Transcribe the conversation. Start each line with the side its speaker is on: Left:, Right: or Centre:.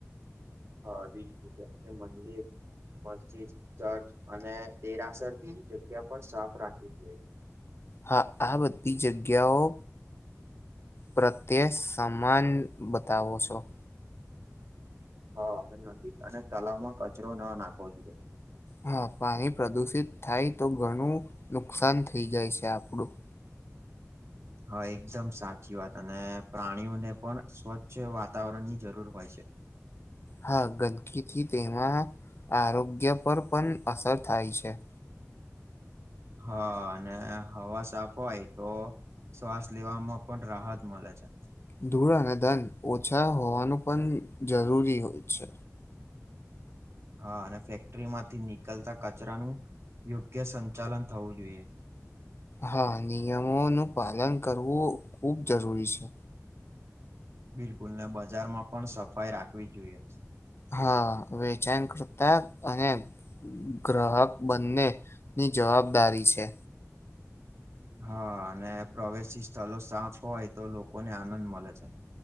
Right: હા બિલકુલ જા મને. મસ્જિદ ચર્ચ અને દેરાસર જેવી જગ્યા પણ સાફ રાખવી જોઈએ.
Left: હા આ બધી જગ્યાઓ. પ્રત્યે સમાન બતાવો છો.
Right: હા નથી અને તલાવમાં કચરો ન નાખવો જોઈએ.
Left: હા પાણી પ્રદુષિત થાય તો ઘણું નુકસાન થઈ જાય છે આપણું.
Right: હા એકદમ સાચી વાત અને પ્રાણીઓને પણ સ્વચ્છ વાતાવરણ ની જરૂર હોય છે.
Left: હા ગંદકીથી તેમાં આરોગ્ય પર પણ અસર થાય છે.
Right: હા અને હવા સાફ હોય તો. શ્વાસ લેવામાં પણ રાહત મળે છે.
Left: ધૂળ અને દંડ ઓછા હોવાનું પણ જરૂરી હોય છે.
Right: હા અને ફેક્ટરી માંથી નીકલતા કચરાનું યોગ્ય સંચાલન થવું જોઈએ.
Left: હા, નિયમોનું પાલન કરવું ખુબ જરૂરી છે.
Right: બિલકુલ ને બજારમાં પણ સફાઈ રાખવી જોઈએ.
Left: હા, વેચાણ કરતા અને ગ્રાહક બંને ની જવાબદારી છે.
Right: હા, અને પ્રવેશી સ્થલ સાફ હોય તો લોકોને આનંદ મલે છે.